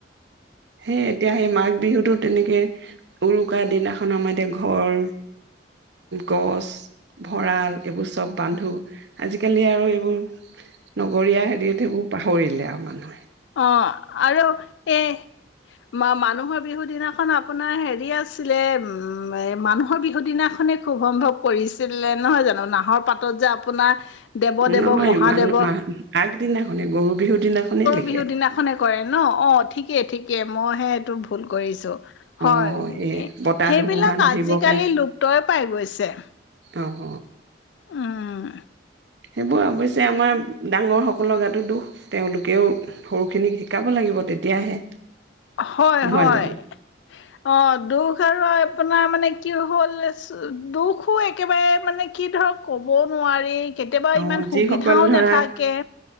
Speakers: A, on the right (about 65°); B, on the left (about 75°).
A: হেই এতিয়া সেই মাঘবিহু তেনেকে, উৰুকা দিনাখন আমাৰ এতিয়া ঘৰ, গছ, ভঁৰাল এইবোৰ চব বান্ধো, আজিকালি আৰু এইবোৰ নগৰীয়া হেৰিত সেইবোৰ পাহৰিলে আ <unintelligible>
B: অ', আৰু এই মা-মানুহৰ বিহু দিনা আপোনাৰ হেৰি আছিলে, উম, এ, মানুহৰ বিহু দিনাখনেই খুব সম্ভৱ কৰিছিলে নহয় জানো, নাহৰ পাতত যে আপোনাৰ দেৱদেৱ
A: নহয়
B: মহাদেৱ
A: মান মা আগদিনাখনে গৰু বিহুৰ দিনাখনেই লেই
B: বিহু দিনাখনে কৰে ন', অ', ঠিকেই ঠিকেই মই হে ভুল কৰিছোঁ।
A: অ
B: হয়।
A: সেই বতাহ
B: সেইবিলাক
A: ধুমুহা নাহিবৰ
B: আজিকালি লুপ্তই পাই গৈছে।
A: অহ।
B: উম।
A: সেইবোৰ অৱশ্যে আমাৰ ডাঙৰ সকলৰ গাতো দুখ, তেওঁলোকেও সৰুখিনিক শিকাব লাগিব তেতিয়াহে।
B: হয়,
A: নহয়
B: হয়।
A: জানো
B: অ' দুখ <unintelligible> আপোনাৰ মানে কি হ'ল, দুখো একেবাৰে মানে কি ধৰক ক'বও নোৱাৰি। কেতিয়াবা
A: অ',
B: ইমান
A: যিসকল
B: সুবিধাও
A: ধৰা
B: নাথাকে,